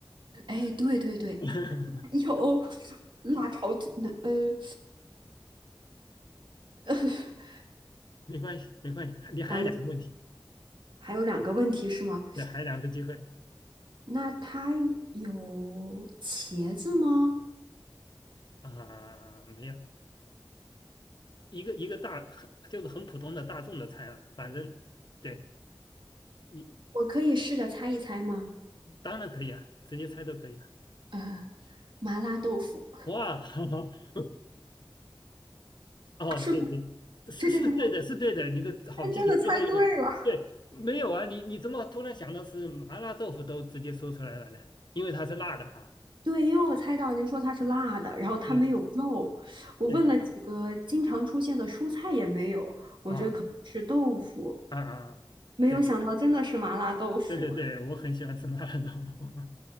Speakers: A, on the right (about 65°); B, on the left (about 55°).
A: 哎，对对对，
B: <laughs>
A: 有辣炒子，那呃，呃 <laughs>
B: 没关系，没关系，你还有两个问题，
A: 想一想，还有两个问题是吗？
B: 对，还有两次机会
A: 那它有茄子吗？
B: 啊、没有，一个一个大很就是很普通的大众的菜了，反正对你
A: 我可以试着猜一猜吗？
B: 当然可以啊，直接猜都可以啊。
A: 呃，麻辣豆腐
B: 哇，<laughs> 哦，
A: 是
B: 对对，是是对的，
A: 是这个吗？
B: 是对的，你的好记性，
A: 天真的猜对了，
B: 最后一个，对，没有啊，你你怎么突然想到是麻辣豆腐都直接说出来了呢？因为它是辣的哈，
A: 对，因为我猜到您说它是辣的，然后它没有肉，
B: 对
A: 我问了几个经常出现的蔬菜也没有，
B: 对，
A: 我觉得可能是豆腐。
B: 啊啊啊，
A: 没有想到真的是麻辣豆腐
B: 对对对对，我很喜欢吃麻辣豆腐。